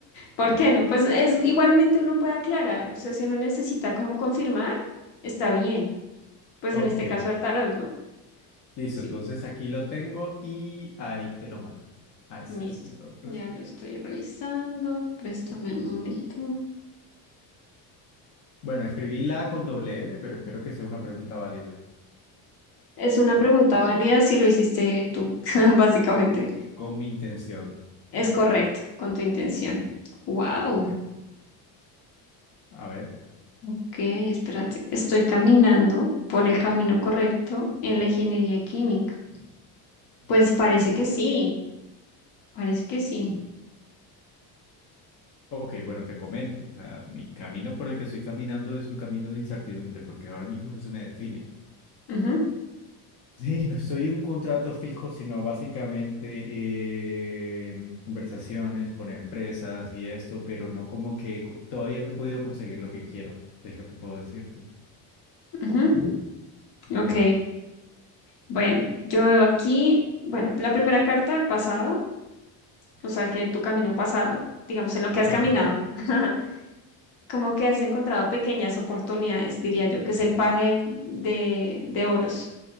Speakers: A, on the left; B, on the left.
A: ¿Por qué no? Pues es igualmente uno puede aclarar, o sea, si uno necesita como confirmar, está bien. Pues
B: Ok.
A: en este caso al tarot, ¿no?
B: Listo,
A: Sí,
B: entonces aquí lo tengo y ahí te lo mando. Ahí estás.
A: listo.
B: Entonces,
A: Ya lo estoy revisando. Préstame un momento.
B: bueno, escribí la con doble L, pero espero que sea una pregunta válida,
A: Es una pregunta válida si lo hiciste tú, <laughs> básicamente.
B: con mi intención.
A: Es
B: Ok,
A: correcto con tu intención. Wow.
B: ok. A ver.
A: Ok, espérate. Estoy caminando por el camino correcto en la ingeniería química. Pues parece que sí, parece que sí.
B: Ok, bueno, te comento. O sea, mi camino por el que estoy caminando es un camino de incertidumbre, porque ahora mismo no se me define. <laughs>
A: Ujú,
B: Sí, no soy un contrato fijo, sino básicamente eh, conversaciones con empresas y esto, pero no como que co- todavía no he podido conseguir lo que quiero, es lo que puedo decirte.
A: ujú.
B: Bueno.
A: Ok, Bueno, yo veo aquí, bueno, la primera carta del pasado, o sea, que tu camino pasado, digamos, en lo
B: Ajá,
A: que has caminado, <laughs> como que has encontrado pequeñas oportunidades, diría yo, que es el paje de, de oros,